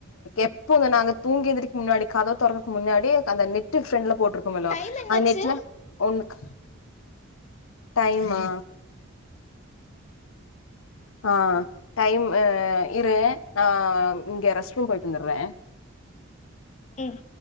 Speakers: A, on the left (about 75°); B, on the left (about 35°).
A: எப்போ நாங்க தூங்கியெந்திரிக்க முன்னாடி கதவ தொறக்க முன்னாடியே அந்த நெட்டு ஃபெருன்ட்ல போட்ருக்கோம்மல்ல
B: டைம் என்னாச்சு
A: அந் நெட்ல ஒன்னுகு டைமா ஆ டைம் ஆ இரு நா இங்க ரெஸ்ட்ரூம் போய்ட்டு வந்தற்ற
B: ம்